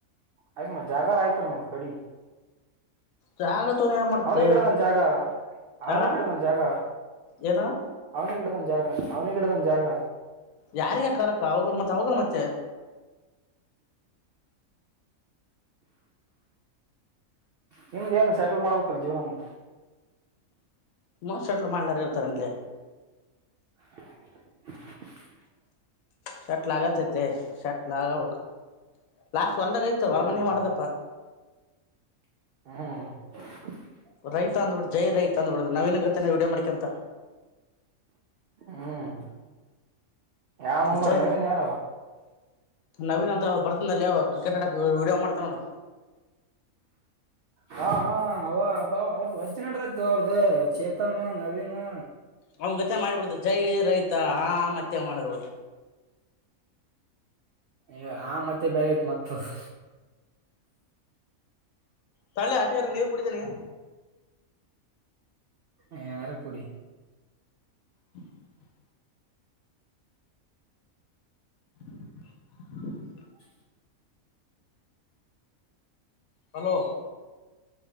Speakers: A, on the right (about 75°); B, on the left (about 75°).
A: ಆಯ್ತು ಮತ್ ಜಾಗರ ಆಯ್ತಲ್ ಮತ್ ಕಡಿ
B: ಜಾಗ ತೊಂದ ಏನ್ ಮಾಡ್ತ
A: ಅವನಿ ಗಿಡ್ದನ್ ಜಾಗ ಅವನಿ
B: ಆ
A: ಗಿಡ್ದದನ್ ಜಾಗ
B: ಏನು
A: ಅವನಿ ಗಿಡ್ದದನ ಜಾಗ ಜಾಗ ಅವನಿಗೆ ಇಡಿದನ ಜಾಗ
B: ಯಾರಿಗೆ ಕಲಕ್ಕ ಹೌದು ಮತೆ ಹೌದು ಮತ್ತೆ
A: ನಿಮ್ದ ಏನು ಸೆಟಲ್ ಮಾಡಬೇಕಲ್ಲ ಜೀವನ ಮುಖ
B: ಹ್ಮ ಸೆಟ್ಲ್ ಮಾಡ್ಲಾರ ಇರ್ತಾರೆಂಲೇ
A: <inaudible>
B: ಶರ್ಟ್ಲ್ ಆಗತ್ತೈತ್ಲೆ, ಶರ್ಟ್ಲ್ ಆಗಬೇಕು ಲಾಸ್ಟ್ ಹೊಲ್ದಾಗೈತ್ ಹೊರಮನೆ
A: ಹ್ಮ್
B: ಮಾಡದಪ್ಪ.
A: ಹ <inaudible>
B: ರೈತ ಅಂದುಬಿಡೋದು, ಜೈ ರೈತ ಅಂದುಬಿಡೋದು ನವಿನಗ. ವಿಡಿಯೋ ಮಾಡಿಕಂತ
A: ಹ್ಮ್ ಯಾವ್ ನೋಮರ್
B: ಜೈ
A: ನವೀನ್ ಯಾರು
B: ನವೀನ್ ಅಂತ ಬರ್ದತಿದನಲ್ಲೇ ಅವ. ವಿಡಿಯೋ ಮಾಡ್ತಾನೆ ನೋಡು.
A: ಹಾ, ಹಾ ಅವ ಅಬ್ಬ ಅವ್ರ್ದ ವಜ್ಜ ನಡದ್ತ ಅವ್ರ್ದ ಚೇತನ್, ನವೀನು.
B: ಅವನ ಜೊತೆ ಮಾಡಿಬಿಡ್ದು ಜೈ ರೈತ ಆ ಮತ್ತೆ ಮಾಡ್ಬುದು.
A: ಯ ಹಾ, ಮತ್ತೆ ಬೇರೆ ಐತೆ ಮತ್ ಅದು.
B: ತಳೆ ಅಟೆ ಇರು ನೀರು ಕುಡಿತಿನಿ.
A: ಏನಾರ ಕುಡಿ..
B: ಹ್ಮ <inaudible> <unintelligible>
A: <unintelligible>
B: ಹಲೋ,